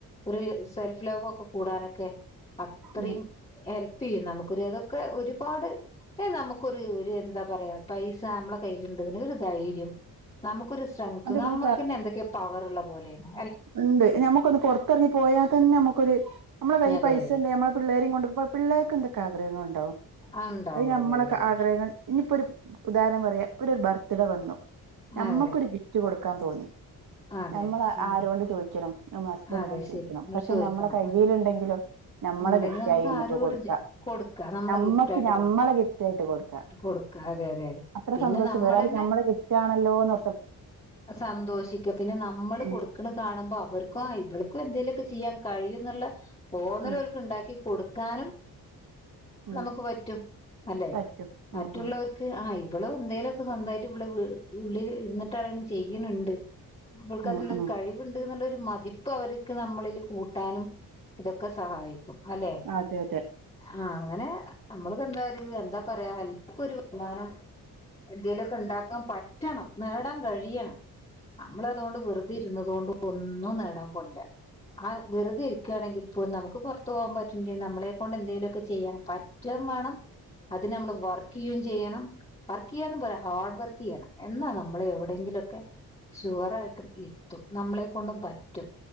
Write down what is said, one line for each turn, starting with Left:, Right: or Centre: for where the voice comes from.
Left: ഒരു സെൽഫ് ലവ് ഒക്കെ കൂടാനൊക്കെ അത്രീം
Right: ഉം
Left: ഹെൽപ്പെയ്യും നമുക്കൊരു അതൊക്കെ ഒരുപാട് പ്പ നമുക്കൊരു ഒരു എന്താ പറയാ പൈസ നമ്മളെ കയ്യിലുണ്ട് ന്ന്ണ്ടെങ്കിൽ ഒരു ധൈര്യം നമുക്കൊരു സെങ്ങ്ത്ത്
Right: അത് ഇങ്ങള്
Left: നമുക്കന്നെ എന്തൊക്കെയോ പവറ്ള്ള പോലെണ്
Right: ണ്ട് നമുക്കൊന്ന് പുറത്തിറങ്ങി പോയാ തന്നെ നമുക്കൊരു നമ്മളെ കൈയി
Left: അതെ
Right: പൈസണ്ട്
Left: അതെ
Right: നമ്മളെ പിള്ളേരും കൊണ്ട് പിള്ളേർക്ക് എന്ത്‌ <unintelligible>
Left: ആ ഉണ്ടാവും
Right: അത് നമ്മളൊക്കെ
Left: അതെ അതെ അതെ
Right: ആഗ്രഹങ്ങൾ ഇനിപ്പോരു ഉദാഹരണം പറയാ ഒരു ബർത്ത്ഡേ വന്നു നമ്മക്കൊരു
Left: അതെ
Right: ഗിഫ്റ്റ് കൊടുക്കാൻ തോന്നി
Left: അതെ
Right: നമ്മള്
Left: ഉം
Right: ആരൊണ്ട് ചോയ്ക്ക്ണ് നമ്മളെ ഹ ബന്റിനോട്
Left: അതെ ശരി
Right: ചോയ്ക്കണം
Left: എന്നോട്
Right: പക്ഷെ
Left: ചോദിക്കണം
Right: നമ്മളെ കൈയ്യില് ഇണ്ടെങ്കിലോ നമ്മളെ
Left: ഉണ്ടെങ്കി
Right: ഗിഫ്റ്റായി
Left: നമുക്ക്
Right: നമ്മക്ക്
Left: ആരോടും
Right: കൊടുക്കാ
Left: ചെ കൊടുക്ക നമ്മുടെ
Right: നമ്മക്ക്
Left: ഗിഫ്റ്റ് ആയിട്ട്
Right: നമ്മളെ
Left: കൊടുക്ക
Right: ഗിഫ്റ്റ് ആയിട്ട് കൊട് ക്ക
Left: കൊടുക്ക അതെ അതെ അതെ
Right: അത്ര
Left: പിന്നെ
Right: സന്തോഷം
Left: നമ്മളന്നെ
Right: വേറെ ല്ല നമ്മളെ ഗിഫ്റ്റാണല്ലോന്ന്
Left: സന്തോഷിക്ക പിന്നെ നമ്മള്
Right: ഉം
Left: കൊടുക്ണ കാണുമ്പോ അവർ ക്കോ ഇവൾക്കും എന്തേലുക്കെ ചെയ്യാൻ കഴിയുംന്ന്ള്ളെ തോന്നല്
Right: ഉം
Left: ഓൽക്ക് ഇണ്ടാക്കി കൊടുക്കാനും
Right: ഉം
Left: നമുക്ക് പറ്റും അല്ലെ
Right: പറ്റും
Left: മറ്റുള്ളൊർക്ക്
Right: ഉം ഉം
Left: ആഹ് ഇവളും എന്തേലുക്കെ സ്വന്തായിട്ട് ഇവള് വ് ഉള്ളിൽ ഇരുന്നിട്ടാണെങ്കിലും ചെയ്യണ് ണ്ട് ഇവൾക്ക് അതിനുള്ളൊരു
Right: ഉം ഉം
Left: കഴിവുണ്ട് ഇന്ന്ള്ളോരു മ ഇപ്പോ അവർക്ക് നമ്മളില് കൂട്ടാനും ഇതൊക്കെ സഹായിക്കും അല്ലെ
Right: അതെ അതെ
Left: ആഹ് അങ്ങനെ നമ്മള് എന്താ ഒരു എന്താ പറയാ എല്ലാർക്കും ഒരു വരുമാനം എന്തേലുക്കെ ഇണ്ടാക്കാൻ പറ്റണം നേടാൻ കഴിയണം അമ്മള് അതോണ്ട് വെറുതെ ഇരുന്നതോണ്ട് ഒന്നും നേടാൻ പോണില്ല ആഹ് വെറുതെ ഇരിക്ക്ണെങ്കിൽ പ്പോ നമുക്ക് പുറത്തു പോവാൻ പറ്റില്ല നമ്മളെ കൊണ്ട് എന്തെലുക്കെ ചെയ്യാൻ പ റ്റെം വേണം അതിന് നമ്മള് വർക്ക് ചെയ്യേം ചെയ്യണം വർക്ക് ചെയ്യാന്ന് പോര ഹാർഡ് വർക്ക് ചെയ്യണം എന്നാ നമ്മള് എവിടെങ്കിലുക്കെ ഷുവറായിട്ടും എത്തും നമ്മളെ കൊണ്ടും പ റ്റും